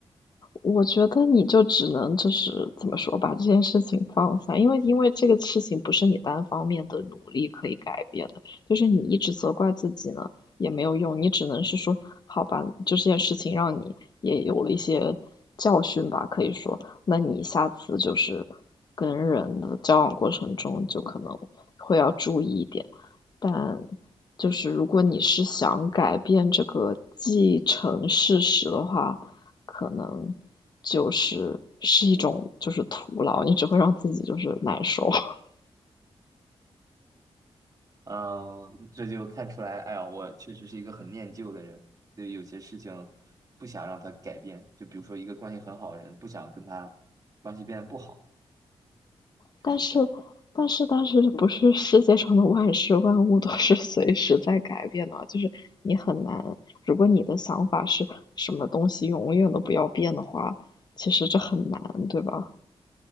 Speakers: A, on the left (about 40°); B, on the right (about 35°).
A: 我觉得你就只能就是怎么说，把这件事情放下，因为因为这个事情不是你单方面的努力可以改变的，就是你一直责怪自己呢也没有用，你只能是说，好吧，就这件事情让你也有了一些教训吧，可以说，那你下次就是跟人的交往过程中就可能会要注意一点，但就是如果你是想改变这个既成事实的话，可能。就是是一种就是徒劳，你只会让自己就是难受。<laughs>
B: 嗯，这就看出来，哎呀，我确实是一个很念旧的人，对于有些事情不想让他改变。就比如说一个关系很好的人，不想跟他关系变得不好，就是这样。
A: 但是，但是，但是，不是世界上的万事万物都是随时在改变的啊，就是你很难。如果你的想法是什么东西永远都不要变的话，其实这很难，对吧？